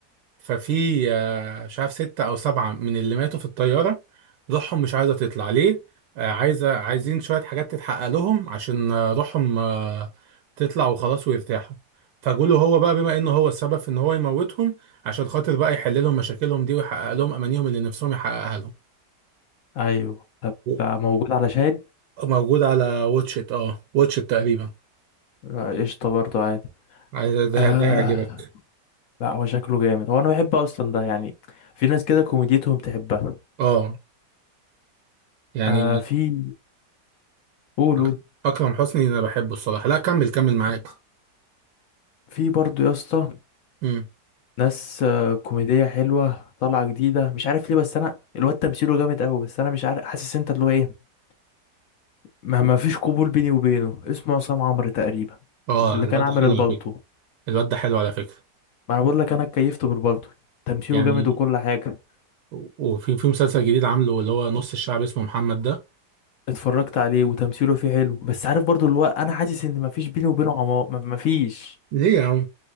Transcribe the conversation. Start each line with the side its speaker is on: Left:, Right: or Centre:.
Right: ففي آه، مش عارف ستة أو سبعة من اللي ماتوا في الطيارة روحهم مش عايزة تطلع ليه؟ آه، عايزة عايزين شوية حاجات تتحقق لهم عشان آه، روحهم آه، تطلع وخلاص ويرتاحوا فجوله هو بقى بما إنه هو السبب في إن هو يموتهم عشان خاطر بقى يحل لهم مشاكلهم دي ويحقق لهم أمانيهم اللي نفسهم يحققها لهم
Left: ايوه ده
Right: و-
Left: بتاع موجود على شاهد
Right: موجود على واتشت اه واتشت تقريبا
Left: آه، قشطة برضه عادي
Right: عايز- ده
Left: آه
Right: ده يعجبك
Left: لا هو شكله جامد هو انا بحب اصلا ده يعني في ناس كده كوميديتهم تحبها
Right: اه يعني
Left: آه في قول قول
Right: أك- أكرم حسني أنا بحبه الصراحة لا كمل كمل معاك
Left: في برضه يا اسطى
Right: مم.
Left: ناس آه، كوميدية حلوة طالعة جديدة مش عارف ليه بس انا الواد تمثيله جامد قوي بس انا مش عارف حاسس انت اللي هو ايه ما ما فيش قبول بيني وبينه اسمه عصام عمرو تقريبا
Right: اه
Left: اللي
Right: الواد
Left: كان عامل
Right: ده حلو
Left: البالطو
Right: الواد ده حلو على فكرة
Left: ما انا بقول لك انا اتكيفت بالبالطو تمثيله
Right: يعني
Left: جامد وكل حاجة
Right: و- وفي في مسلسل جديد عامله اللي هو نص الشعب اسمه محمد ده
Left: اتفرجت عليه وتمثيله فيه حلو بس عارف برضو اللي هو انا حاسس ان ما فيش بيني وبينه عمار ما ما فيش
Right: ليه يا عم